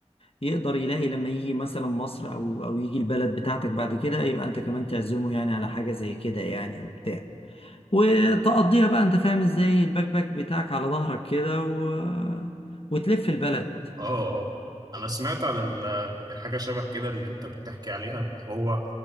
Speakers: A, on the left; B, on the right.
A: يقدر يلاقي لما يجي مثلا مصر أو أو يجي البلد بتاعتك بعد كده يبقى أنت كمان تعزمه يعني على حاجة زي كده يعني وبتاع وتقضيها بقى انت فاهم ازاي الباك باك بتاعك على ظهرك كده و... وتلف البلد
B: آه آه أنا سمعت على ال- الحاجة شبه كده اللي أنت بتحكي عليها إن هو